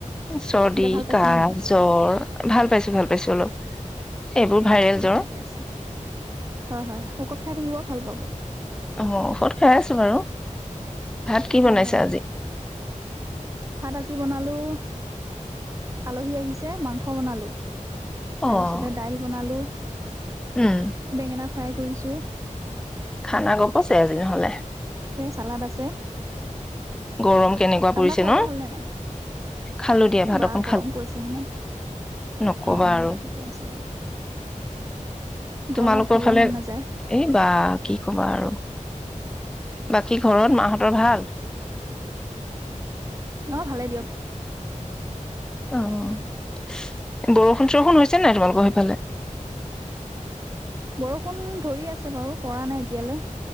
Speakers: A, in the centre; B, on the right (about 25°).
A: চৰ্দি
B: এতিয়া ভাল পাইছেনে
A: কাহ
B: নাই
A: জ্বৰ ভাল পাইছো ভাল পাইছো অলপ এইবোৰ ভাইৰেল
B: অ'
A: জ্বৰ।
B: ঠিকে আছে হয় হয় খাই থাকিব ভাল পাব।
A: অ' ঔষধ খাই আছো বাৰু ভাত কি
B: হয়
A: বনাইছা
B: হয়
A: আজি
B: ভাত আজি বনালো। আলহী আহিছে মাংস বনালো। তাৰ
A: অ'
B: পিছতে দাইল বনালো।
A: উম।
B: বেঙেনা ফ্ৰাই কৰিছোঁ
A: খানা গপছে আজি নহলে।
B: চালাদ আছে
A: গৰম কেনেকুৱা
B: আপোনাৰ
A: পৰিছে
B: খোৱা
A: ন
B: বোৱা হ'লনে নাই
A: খালো দিয়া
B: এই
A: ভাত
B: বা
A: অক
B: গৰম পৰিছেহেনে। অ',
A: নকবা
B: অ'
A: আৰু
B: ঠিকে আছে বাৰু।
A: তোমালোকৰ
B: গৰমত খাবই
A: ফালে
B: মন নাযায়।
A: এই বা কি কবা আৰু বাকী ঘৰত মাহঁতৰ ভাল।
B: অ' ভালেই দিয়ক।
A: অ বৰষুণ চৰষুণ হৈছে নাই তোমালোকৰ সেইফালে।
B: বৰষুণ ধৰি আছে বাৰু পৰা নাই এতিয়ালৈ।